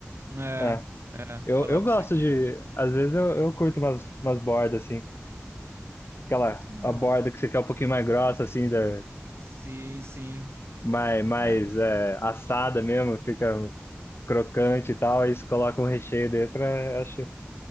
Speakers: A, on the right; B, on the left.
A: É,
B: É.
A: é,
B: Eu,
A: falar
B: eu
A: pra
B: gosto
A: você que
B: de.
A: é.
B: Às vezes eu, eu curto umas, umas bordas, assim. Aquela
A: Ah,
B: a borda que você quer um pouquinho mais grossa, assim, da,
A: sim, sim.
B: mais, mais
A: É,
B: é, assada mesmo, fica crocante e tal. Aí você coloca um recheio dentro. é, acho,